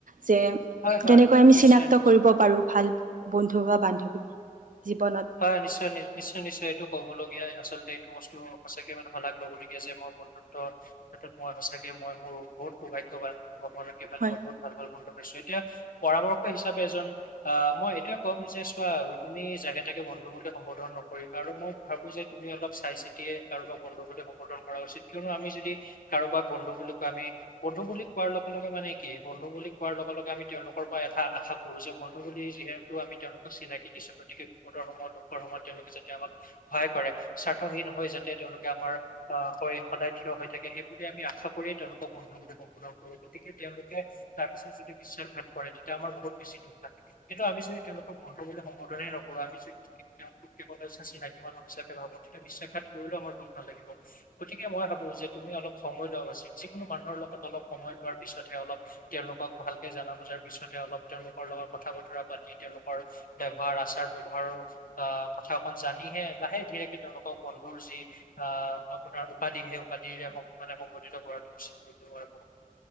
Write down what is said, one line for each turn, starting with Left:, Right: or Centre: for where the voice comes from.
Right: যে
Left: হয়, হয়,
Right: কেনেকৈ আমি
Left: নিশ্চয়,
Right: চিনাক্ত-
Left: নিশ্চয়।
Right: কৰিব পাৰো ভাল বন্ধু বা বান্ধৱী। জীৱনত
Left: হয় নিশ্চয় নি নিশ্চয় নিশ্চয় এইটো কবলগীয়াই আচলতে- এইটো বস্তু সঁচাকে মানে শলাগ ল'বলগে যে মোৰ বন্ধুত্ব ক্ষেত্ৰত মই সঁচাকে মই মোৰ বহুত- সৌভাগ্যবান ভগবানৰ কৃপাত
Right: হয়
Left: মোৰ বহুত বহুত ভাল ভাল বন্ধু এতিয়া পৰামৰ্শ হিচাপে এজন আহ মই এইটোয়ে ক'ব বিচাৰিছোঁ তুমি জেগাত- তাকে বন্ধু বুলি সম্বৰ্ধন নকৰি আৰু মই ভাবো যে তুমি অলপ চাই চিতিয়ে কাৰোবাক বন্ধু বুলি সম্বৰ্ধন কৰা। কিয়নো আমি যদি কাৰোবাক বন্ধু বুলি কোৱা আমি বন্ধু বুলি কোৱাৰ লগে লগে মানে কি বন্ধু বুলি কোৱা লগে লগে আমি তেওঁলোকৰ পৰা এটা আশা কৰো। যে বন্ধু বুলি যিহেতু আমি তেওঁলোকক চিনাকি দিছোঁ গতিকে। সুখৰ সময়ত দুখৰ সময়ত তেওঁলোকে যাতে আমাক সহায় কৰে স্বাৰ্থহীন হৈ যাতে তেওঁলোকে আমাৰ আহ সদায় থিয় হৈ থাকে সেইবুলি আমি আশা কৰি তেওঁলোক বন্ধুৱ সম্বোধন কৰো গতিকে তেওঁলোকে তাৰ পিছত যদি বিশ্বাসঘাত কৰে তেতিয়া আমাৰ বহুত বেছি দুখ লাগে কিন্তু আমি যদি তেওঁলোকক বন্ধু বুলি সম্বোধনে নকৰোঁ পৰা আমি যদি তেওঁলোকক কেৱল চিনাকী মানুহ হিচাপে ভাবো তেতিয়া বিশ্বাসঘাত কৰিলেও আমাৰ দুখ নালাগিব গতিকে মই ভাবো যে তুমি অলপ সময় লোৱা উচিত যিকোনো মানুহৰ লগত অলপ সময় লোৱাৰ পিছতহে অলপ তেওঁ লোকক ভালকে জানা বুজাৰ পিছত অলপ তেওঁলোকৰ লগত কথা বতৰা পাতি তেওঁলোকৰ ব্যৱহাৰ আচাৰ ব্যয়ৱহাৰ আহ কথা অকণ জানিহে লাহে ধীৰেকে তেওঁলোকক বন্ধুৰ যি আহ আ পৰা উপাধি সেই উপাধিৰে মানে সংঘটিত কৰাটো উচিত কৰিব নোৱাৰিব